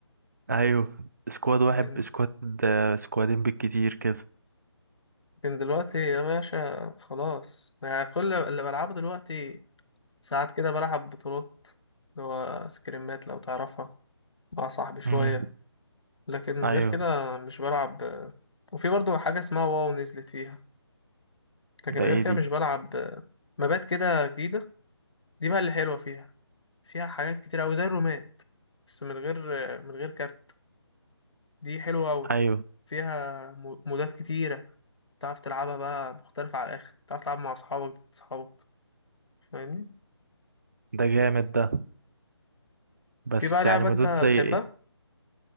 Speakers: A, on the right; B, on the left.
A: ايوه سكواد واحد
B: لكن
A: سكواد آه، سكوادين بالكتير كده
B: لكن دلوقتي يا باشا خلاص يعني كل اللي بلعبه دلوقتي ساعات كده بلعب بطولات اللي هو سكريمات لو تعرفها مع صاحبي شوية
A: امم
B: لكن
A: ايوه
B: غير كده مش بلعب وفي برضه حاجة اسمها واو نزلت فيها لكن
A: ده
B: غير
A: ايه
B: كده
A: دي
B: مش بلعب مبات كده جديدة دي بقى اللي حلوة فيها فيها حاجات كتير أوي زي الرومات بس من غير من غير كارت دي حلوة أوي
A: ايوه
B: فيها مودات كتيرة تعرف تلعبها بقى مختلفة على الآخر تعرف تلعب مع أصحابك أصحابك فاهمني
A: ده جامد ده بس
B: في بقى لعبة
A: يعني مدود
B: أنت بتحبها
A: زي ايه